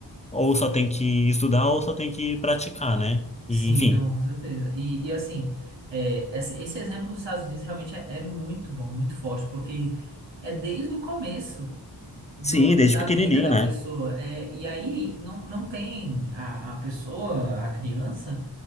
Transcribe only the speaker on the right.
Sim,
não, com certeza. E, e assim, é, esse, esse exemplo dos Estados Unidos realmente é, é muito bom, muito forte, porque é desde o começo do,
da
da
vida da
pessoa. É, e aí não, não tem a, a pessoa, a criança.